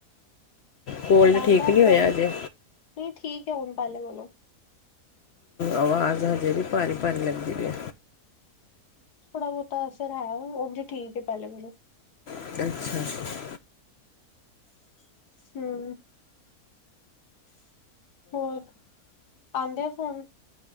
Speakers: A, on the left (about 65°); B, on the left (about 85°).
A: ਕੋਲਡ
B: ਹੋਰ ਆਂਦਾ
A: ਠੀਕ
B: ਐ
A: ਨਹੀਂ
B: ਫੋਨ
A: ਹੋਇਆ ਅਜੇ
B: ਨਈਂ ਠੀਕ ਐ ਹੁਨ ਪੈਲੇ ਕੋਲੋਂ
A: ਆਵਾਜ਼ ਹਜੇ ਵੀ ਭਾਰੀ-ਭਾਰੀ ਲੱਗਦੀ ਪਈ ਆ।
B: ਥੋੜਾ ਬੋਤਾ ਅਸਰ ਹੈ ਉਂਜ ਠੀਕ ਐ ਪੈਲੇ ਨਾਲੋਂ
A: ਅੱਛਾ।
B: ਹੂੰ। ਹੋਰ ਆਂਦੇ ਐ ਫੋਨ।